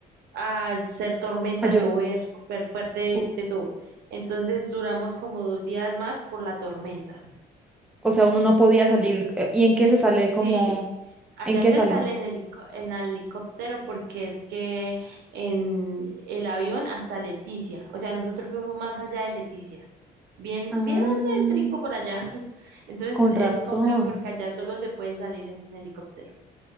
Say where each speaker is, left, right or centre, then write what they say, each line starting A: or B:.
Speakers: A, on the right (about 75°); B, in the centre.
A: A ser tormenta,
B: Ah, yo,
A: llover súper fuerte
B: uf,
A: de todo. Entonces duramos como dos días más por la tormenta.
B: o sea, uno no podía salir. eh, ¿Y en qué se sale?
A: Sí,
B: Como,
A: allá
B: ¿en qué
A: se
B: salen?
A: sale en helico- en helicóptero porque es que en el avión hasta Leticia, o sea, nosotros fuimos más allá de Leticia, bien,
B: Ah,
A: bien adéntrico por allá, <laughs> entonces
B: con razón.
A: es complejo porque allá solo se puede salir en helicóptero.